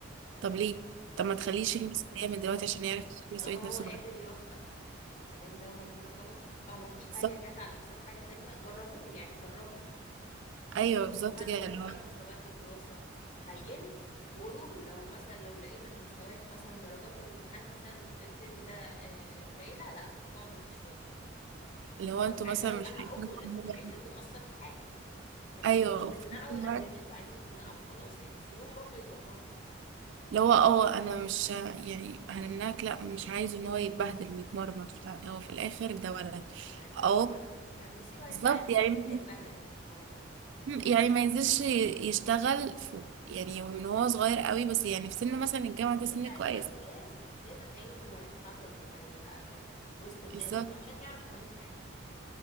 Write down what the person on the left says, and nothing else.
طب
ليه
مم.
طالما هو
قادر
يوفق ما بين ده وما بين ده خلاص او ما فيش حاجة
جت على حساب حاجة تانية جربوه يعني جربوا
شوفوا هل
هو
مثلا
مستواه في الدراسة هيقل وقولوا له لو مثلا لو لقينا ان مستواك مثلا درجات الامتحان مثلا في الترم ده آه، قليلة لا هتقعد ما فيش شغل
هو
ساعتها
هيبقى
حقكم
ان انتوا مش عايزينه يأثر في حاجة لكن
مش تمنعه
لاجل ان انتوا عايزين تمنعه وخلاص يعني سيبوهم برضو يجربوا
ما في الاخر
ده ولد ه- مصيره هيجي
عليه
يوم وهيتبهدل وهيتمرمط
هيجي
عليه
وقت ولازم لازم هينزل وهيتحرك وهيبقى وسط الناس
وعشان يعرف كمان يتعامل